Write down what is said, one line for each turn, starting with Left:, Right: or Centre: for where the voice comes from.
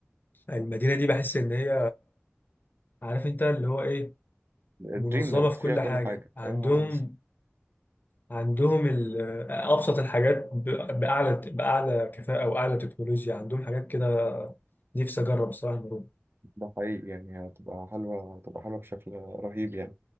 Left: المدينه دي بحس ان هي عارف انت اللي هو ايه منظمة
Right: دريم لاند
Left: في
Right: فيها
Left: كل
Right: كل
Left: حاجة
Right: حاجة
Left: عندهم
Right: اه بس
Left: عندهم ال- أبسط الحاجات ب- بأعلى بأعلى كفاءة وأعلى تكنولوجيا عندهم حاجات كده نفسي أجرب الصراحة المرور
Right: ده حقيقي يعني هتبقى حلوة هتبقى حلوة بشكل رهيب يعني